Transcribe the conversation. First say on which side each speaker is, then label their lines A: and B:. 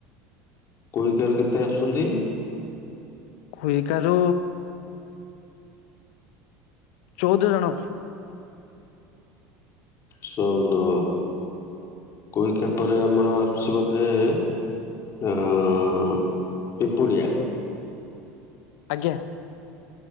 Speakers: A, on the left; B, on the left.
A: କୁହିକା ରୁ କେତେ ଆସୁଛନ୍ତି।
B: କୁହିକା ରୁ ଚୋଉଦ ଜଣ।
A: ଚୋଉଦ କୁହିକା ପରେ ଆମର ଆସଛି ବୋଧେ ଏ ଅ, ଅ, ଅ, ପିମ୍ପୁଡ଼ିଆ।
B: ଆଜ୍ଞା।